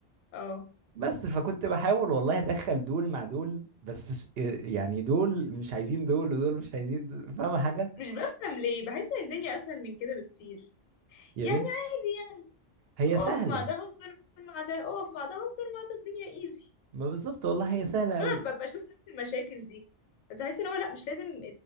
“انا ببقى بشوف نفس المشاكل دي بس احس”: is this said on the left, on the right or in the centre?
Left